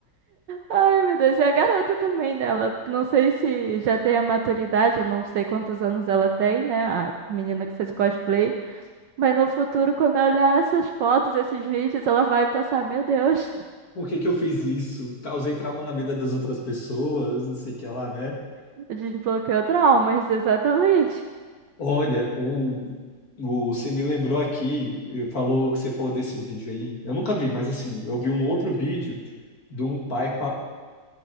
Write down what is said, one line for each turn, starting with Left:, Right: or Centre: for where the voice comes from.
Right: Ai, meu Deus, e a garota também, né? Ela, não sei se já tem a maturidade, eu não sei quantos anos ela tem, né? A menina que fez o cosplay. Mas no futuro, quando eu olhar essas fotos, esses vídeos, ela vai pensar: Meu Deus,
Left: Por que que eu fiz isso? Causei trauma na vida das outras pessoas, não sei o que lá, né?
Right: <laughs> desbloqueou traumas, exatamente.
Left: Olha, o, o, você me lembrou aqui, eh, falou, você falou desse vídeo aí. Eu nunca vi, mas assim, eu vi um outro vídeo de um pai